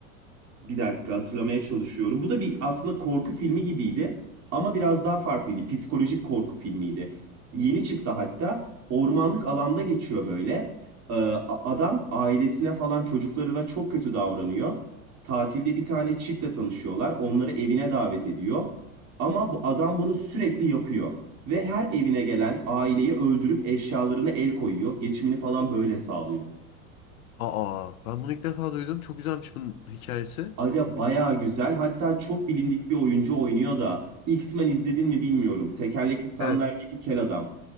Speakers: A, on the right; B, on the left.
A: bir dakika hatırlamaya çalışıyorum. Bu da bir aslında korku filmi gibiydi. Ama biraz daha farklıydı. Psikolojik korku filmiydi. Yeni çıktı hatta. Ormanlık alanda geçiyor böyle. Ee, a- adam ailesine falan çocuklarına çok kötü davranıyor. Tatilde bir tane çiftle tanışıyorlar. Onları evine davet ediyor. Ama bu adam bunu sürekli yapıyor. Ve her evine gelen aileyi öldürüp eşyalarına el koyuyor. Geçimini falan böyle sağlıyor.
B: Aa ben bunu ilk defa duydum. Çok güzelmiş bunun hikayesi.
A: Aga bayağı güzel. Hatta çok bilindik bir oyuncu oynuyor da. X-Men izledin mi bilmiyorum. Tekerlekli sandalyedeki
B: Evet.
A: kel adam.